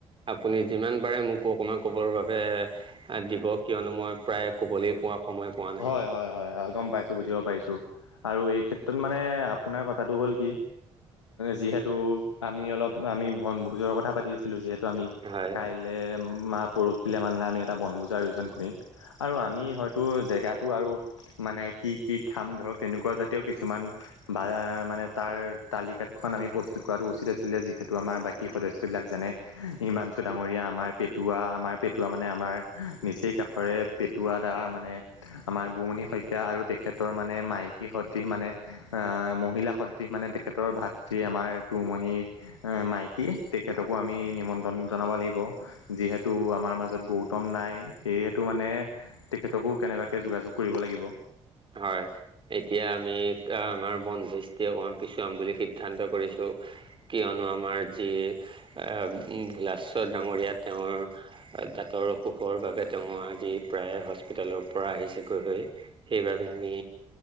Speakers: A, on the right; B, on the left.
A: আপুনি যিমান পাৰে। মোকো অকণমান ক'বৰ বাবে দিব কিয়নো মই প্ৰায় ক'বলৈই পোৱা। সময় পোৱা নাই।
B: হয় হয় হয় হয় গম পাইছোঁ বুজিব পাৰিছোঁ। আৰু এই ক্ষেত্ৰত মানে আপোনাৰ কথাটো হ'ল কি যিহেতু আমি অলপ আমি বনভোজৰ কথা পাতি আছিলোঁ যিহেতু আমি
A: হয়
B: কাইলে ম পৰহিলে মানহে আমি এটা বনভোজা আয়োজন কৰিম আৰু আমি হয়তো তাটো আৰু মানে কি কি খাম ধৰক তেনেকুৱা জাতীয় কিছুমান বা মানে তাৰ তালিকা প্ৰস্তুত কৰাতো উচিত আছিলে যিহেতু আমাৰ বাকী সদস্যা বিলাক হিমাংচু ডাঙৰ ঙীয়া আমাৰ পেটোৱা আমাৰ পেটোৱা মানে আমাৰ নিচেই কাষৰে পেটোৱা দা মানে আমাৰ বমণি শইকীয়া আৰু তেখেতৰ মানে মাইকী সদৃশ মানে আহ মহিলা সদৃশ মানে তেখেতৰ ভাতৃ আমাৰ টুমণি মাইকী তেখেতকো আমি নিমন্ত্ৰণ জনাব গণিব যিহেতু আমাৰ মাজত গৌতম নাই সেয়েতো মানে তেখেতকো যোগাযোগ কৰিব লাগিব
A: হয় এতিয়া আমি আমাৰ বনভুজটি অকমান পিছুৱাম বুলি সিদ্ধান্ত কৰিছো কিয়নো আমাৰ যি এ ভোলেশ্বৰ ডাঙৰীয়া তেওঁৰ দাঁতৰ অসুখৰ বাবে তেওঁ আজি প্ৰায় হস্পিতালৰ পৰা আহিছেগৈ হৈ সেইবাবে আমি